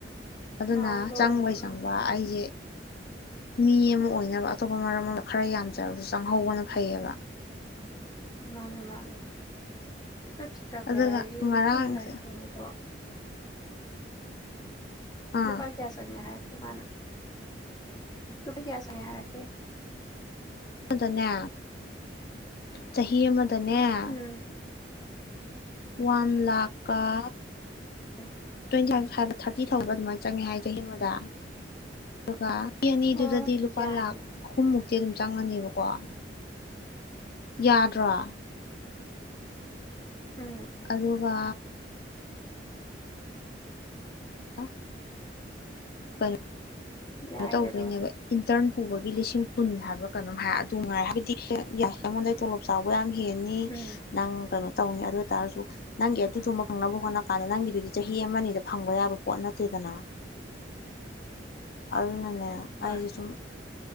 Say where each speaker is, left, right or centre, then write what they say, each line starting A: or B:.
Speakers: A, on the left; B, on the left.
A: ꯑꯗꯨꯅ
B: ꯃꯥ ꯂꯣꯏꯕꯅꯦ
A: ꯆꯪꯕꯩ ꯆꯪꯕ
B: ꯎꯝ
A: ꯑꯩꯁꯦ ꯃꯤ ꯑꯃ ꯑꯣꯏꯅꯕ ꯑꯇꯣꯞꯄ ꯃꯔꯝ ꯑꯃ ꯈꯔ ꯌꯥꯝꯖꯔꯒꯁꯨ ꯆꯪꯍꯧꯕꯅ ꯐꯩꯌꯦꯕ
B: ꯃꯥꯅꯦ ꯃꯥꯅꯦ ꯄ ꯆꯠꯇ꯭ꯔꯥꯕꯤ
A: ꯑꯗꯨꯒ
B: ꯌꯥ
A: ꯉꯔꯥꯡꯁꯦ
B: ꯅꯅꯥꯔꯠꯇꯣ
A: ꯑꯥ
B: ꯅꯨꯄꯥ ꯀꯌꯥꯁ ꯅꯤꯡ ꯍꯥꯏꯔ ꯃꯥꯅ ꯊꯒꯤꯌꯥꯁ ꯌꯥꯔꯀꯦ
A: ꯗ ꯅ ꯆꯍꯤ ꯑꯃꯗ ꯑꯗꯨꯅ
B: ꯎꯝ
A: ꯋꯥꯟ ꯂꯥꯈ ꯄꯀꯥ
B: ꯑ
A: ꯇ꯭ꯋꯦꯟꯇꯤ ꯐꯥꯏꯚ ꯐꯥꯏꯚ ꯊꯥꯔꯇꯤ ꯊꯧꯕ ꯑꯗꯨꯃꯥꯏꯅ ꯆꯪꯉꯦ ꯍꯥꯏ ꯆꯍꯤ ꯑꯃꯗ ꯑꯗꯨꯒ ꯃꯤ ꯑꯅꯤꯗꯨꯗꯗꯤ
B: ꯑꯣ
A: ꯂꯨꯄꯥ
B: ꯌꯥꯏꯌꯦ
A: ꯂꯥꯛ ꯑꯍꯨꯝꯃꯨꯛꯇꯤ ꯑꯗꯨꯝ ꯆꯪꯉꯅꯤꯕꯀꯣ ꯌꯥꯗ꯭ꯔꯣ
B: ꯎꯝ
A: ꯑꯗꯨꯒ ꯍꯜꯂꯣ ꯀ
B: ꯌꯥꯏꯌꯦ
A: ꯀꯩꯅꯣ ꯇꯧꯗꯣꯏꯅꯦꯕ
B: ꯑꯗꯣ
A: ꯏꯟꯇꯔꯟ ꯄꯨꯕꯒꯤ ꯂꯤꯁꯤꯡ ꯀꯨꯟ ꯍꯥꯏꯕ ꯀꯩꯅꯣꯝ ꯍꯥꯏ ꯑꯗꯨ ꯉꯥꯏ ꯍꯥꯏꯕꯗꯤ ꯌꯥꯏ ꯑꯩꯉꯣꯟꯗꯩ ꯇꯣꯂꯣꯞ ꯆꯥꯎꯕ ꯌꯥꯝ ꯍꯦꯟꯅꯤ
B: ꯎꯝ
A: ꯅꯪ ꯀꯩꯅꯣ ꯇꯧꯅꯤ ꯑꯗꯣꯏꯇꯥꯔꯁꯨ ꯅꯪꯒꯤ ꯑꯗꯨꯗꯨꯨꯝꯕ ꯐꯪꯅꯕ ꯍꯣꯠꯅ ꯀꯥꯟꯗ ꯅꯪꯒꯤ ꯆꯍꯤ ꯑꯃꯅꯤꯗ ꯐꯪꯕ ꯌꯥꯕ ꯄꯣꯠ ꯅꯠꯇꯦꯗꯅ ꯑꯗꯨꯅꯦ
B: ꯍꯣꯏ
A: ꯑꯩꯖꯦ ꯁꯨꯝ